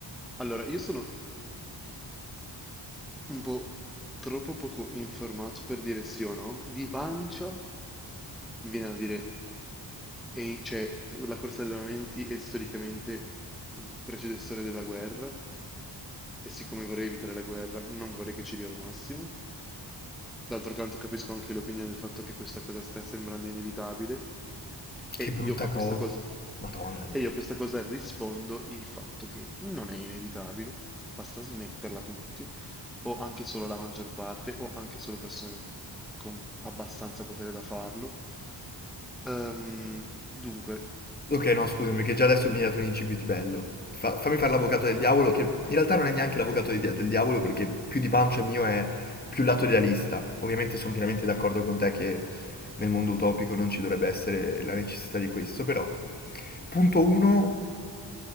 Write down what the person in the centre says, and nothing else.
Allora, io sono Boh, troppo poco informato per dire sì o no. Di pancia mi viene da dire, e- cioè, la corsa agli allenamenti è storicamente un predecessore della guerra, e siccome vorrei evitare la guerra, non vorrei che ci riarmassimo. D'altro canto capisco anche l'opinione del fatto che questa cosa sta sembrando inevitabile,
e io
a
questa cosa,
e io a questa cosa rispondo il fatto che non è inevitabile, basta smetterla tutti o anche solo la maggior parte, o anche solo persone con abbastanza potere da farlo. Ehm, dunque,